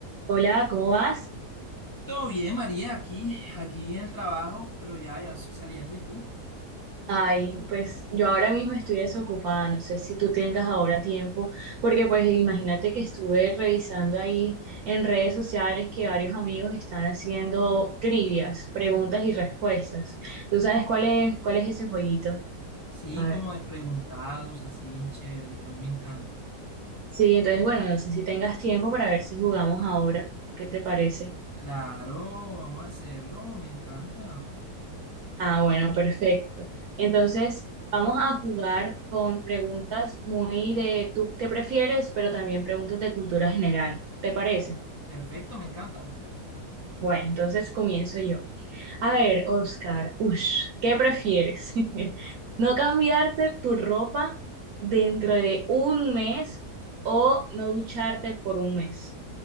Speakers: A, on the right (about 65°); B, on the left (about 30°).
A: Hola, ¿cómo vas?
B: Todo bien, María, aquí, aquí en el trabajo, pero ya, ya estoy saliendo. ¿Y tú?
A: Ay, pues yo ahora mismo estoy desocupada, no sé si tú tengas ahora tiempo, porque pues imagínate que estuve revisando ahí en redes sociales que varios amigos están haciendo trivias, preguntas y respuestas. ¿Tú sabes cuál es, cuál es ese jueguito?
B: Sí,
A: A
B: como
A: ver.
B: de preguntados, así bien chévere. A mí me encanta.
A: Sí, entonces bueno, no sé si tengas tiempo para ver si jugamos ahora. ¿Qué te parece?
B: Claro, vamos a hacerlo, me encanta.
A: Ah, bueno, perfecto. Entonces, vamos a jugar con preguntas muy de tú qué prefieres, pero también preguntas de cultura general. ¿Te parece?
B: Perfecto, me encanta.
A: Bueno, entonces comienzo yo. A ver, Oscar, ush, ¿qué prefieres? <laughs> ¿No cambiarte tu ropa dentro de un mes o no ducharte por un mes?